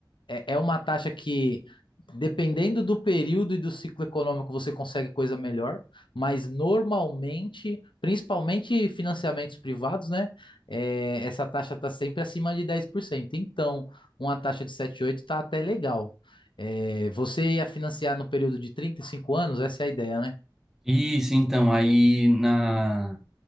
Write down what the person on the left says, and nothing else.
é, é uma taxa que, dependendo do período e do ciclo econômico, você consegue coisa melhor, mas normalmente, principalmente financiamentos privados, né? é, essa taxa está sempre acima de 10%. Então, uma taxa de 7,8 está até legal. É, você ia financiar no período de 35 anos, essa é a ideia, né?